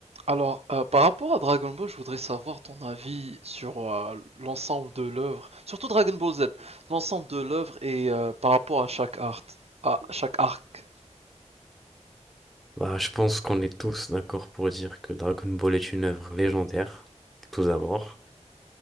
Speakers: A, on the right (about 55°); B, in the centre.
A: Alors, euh, par rapport à Dragon Ball, je voudrais savoir ton avis sur euh, l'ensemble de l'œuvre, surtout Dragon Ball Z, l'ensemble de l'œuvre et euh, par rapport à chaque art, à chaque arc.
B: Bah, je pense qu'on est tous d'accord pour dire que Dragon Ball est une œuvre légendaire, tout d'abord.